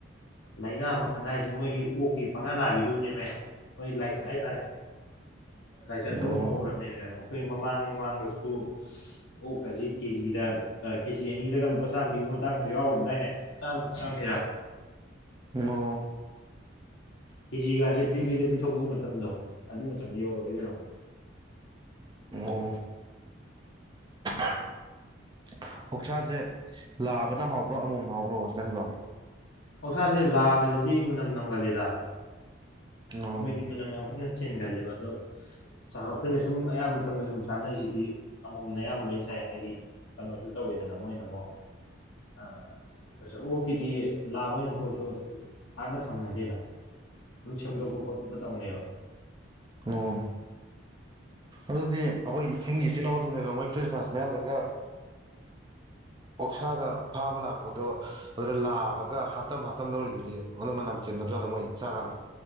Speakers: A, on the left; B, on the right.
A: ꯂꯩꯅꯥ ꯃꯈꯜ ꯍꯥꯏꯖꯦ ꯃꯣꯏꯒꯤ ꯑꯣꯛꯀꯤ ꯄꯪꯅꯥ ꯅꯥꯕꯤꯗꯨꯅꯦꯃꯦ꯫ ꯃꯣꯏ ꯂꯥꯏꯆꯠ ꯍꯥꯏꯇꯥꯔꯦ ꯂꯥꯏꯆꯠꯇꯨꯨ
B: ꯑꯣ
A: ꯃꯨꯛ ꯍꯧꯔꯝꯃꯦꯃꯤ ꯑꯣ ꯈꯣꯏ ꯃꯃꯥꯡ ꯃꯃꯥꯡꯗꯁꯨ꯫ ꯑꯣꯛ ꯀꯖꯦ ꯀꯦꯖꯤꯗ ꯀꯦꯖꯤ ꯑꯅꯤꯗꯒ ꯂꯨꯄꯥ ꯆꯥꯝꯃ ꯄꯤꯕꯒꯤ ꯃꯇꯥꯡꯁꯨ ꯌꯥꯎꯔ ꯑꯗꯥꯏꯅꯦ꯫ ꯆꯥꯝꯃꯥ ꯆꯥꯝꯃꯥ ꯊꯥꯡꯈꯤꯔꯥ꯫
B: ꯉꯣ
A: ꯀꯦꯖꯤꯒꯁꯤ ꯐ꯭ꯔꯤꯕꯤꯗ ꯄꯤꯊꯣꯛꯄꯢ ꯃꯇꯝꯗꯣ ꯑꯗꯨꯢ ꯃꯇꯝꯗ ꯌꯧꯔꯔꯣꯏ ꯀꯩꯅꯣ꯫
B: ꯑꫭ ꯑꯣꯛꯁꯥꯁꯦ ꯂꯥꯕꯅ ꯍꯥꯎꯕ꯭ꯔꯣ ꯑꯃꯣꯝꯅ ꯍꯥꯎꯕ꯭ꯔꯣ ꯍꯧꯖꯤꯛꯀꯥꯟꯁꯤꯕꯣ꯫
A: ꯑꯣꯛꯁꯥꯁꯦ ꯂꯥꯕꯁꯤꯗꯤ ꯃꯅꯝ ꯅꯝꯒꯜꯂꯤꯗ꯫
B: ꯑꯣ
A: ꯃꯣꯏꯗꯤ ꯃꯅꯝ ꯌꯥꯝ ꯀꯟꯅ ꯆꯦꯟꯒꯜꯂꯦꯕ ꯑꯗꯣ꯫ ꯆꯍ ꯑꯩꯈꯣꯏꯅ ꯁꯨꯝ ꯑꯌꯥꯝꯕ ꯃꯇꯝꯗ ꯁꯨꯝ ꯆꯥꯅꯔꯤꯁꯤꯗꯤ ꯑꯃꯣꯝꯅ ꯑꯌꯥꯝꯕ ꯂꯣꯏꯅ ꯆꯥꯏ ꯍꯥꯏꯗꯤ ꯀꯩꯅꯣꯁꯨ ꯇꯧꯋꯤꯗꯅ ꯃꯣꯏꯅ ꯑꯃꯨꯛ꯫ ꯑꯥ ꯑꯣꯀꯤꯗꯤ ꯂꯥꯛꯕ ꯑꯣꯏꯅ ꯄꯣꯠꯁꯨ ꯄꯥꯛꯅ ꯊꯝꯅꯗꯦꯗ꯫ ꯑꯗꯨꯝ ꯁꯦꯝꯗꯣꯛꯄ ꯈꯣꯠꯄ ꯇꯧꯅꯦꯕ꯫
B: ꯑꫭ ꯑꯗꯨꯗꯤ ꯑꯩꯈꯣꯏꯒꯤ ꯆꯤꯡꯒꯤ ꯏꯆꯤꯜ ꯏꯅꯥꯎꯁꯤꯡꯅꯒ ꯃꯣꯏ ꯈ꯭ꯔꯤꯁꯃꯥꯁ ꯃꯌꯥꯗꯒ ꯑꯣꯛꯁꯥꯒ ꯐꯥꯕ ꯂꯥꯛꯄꯗꯣ ꯑꯗꯨꯗ ꯂꯥꯕꯒ ꯍꯥꯇꯝ ꯍꯥꯇꯝ ꯂꯧꯔꯤꯗꯨꯗꯤ ꯑꯗꫭ ꯃꯅꯝ ꯆꯦꯟꯗ ꯖꯥꯠꯂ ꯃꯣꯏ ꯆꯥꯀꯥꯟꯗꯥ꯫